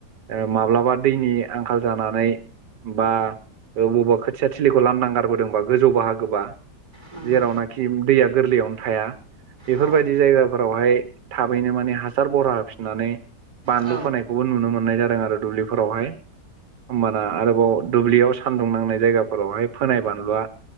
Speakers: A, on the right (about 80°); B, on the right (about 25°).
A: ओ माब्लाबा दैनि आंखाल जानानै बा ओ बबावबा खोथिया थिलिखौ लानानै गारबोदोंबा गोजौ बाहागोबा
B: नंगौ
A: जेरावनाखि उम दैआ गोरलैआवनो थाया बेफोरबादि
B: औ
A: जायगाफोरावहाय थाबैनो माने हा हासार बरहा होफिननानै बानलु
B: औ
A: फोनायखौबो नुनो मोननाय जादों आरो दुब्लिफोरावहाय होमबाना आरोबाव दुब्लिआव सानदुं नांनाय जायगाफोरावहाय फोनाय बानलुआ